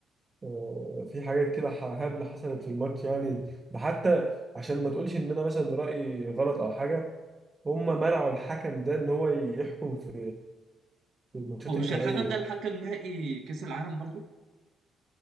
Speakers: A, on the right; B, on the right.
A: آه، في حاجات كده ح- هبلة حصلت في الماتش يعني ده حتى عشان ما تقولش ان انا مثلا رأيي غلط او حاجة هم منعوا الحكم ده ان هو يحكم في في الماتشات
B: هو مش
A: النهائية
B: الحكم ده الحكم نهائي كأس العالم برضو